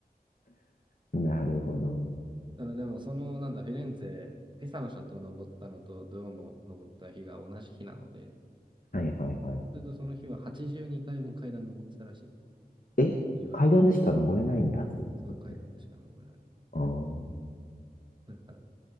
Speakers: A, on the left; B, on the right.
A: なるほど。
B: ただでも、その、なんだ、フィレンツェ、ピサの斜塔登ったのと、ドゥオモ登った日が同じ日なので、
A: はいはいはい。
B: それとその日は82回分階段登ってたらしいですね。
A: え、
B: 今見る。
A: 階段でしか登れないんだ、そういうとこって。
B: そう階段でしか登れない。
A: あー
B: <laughs> だから、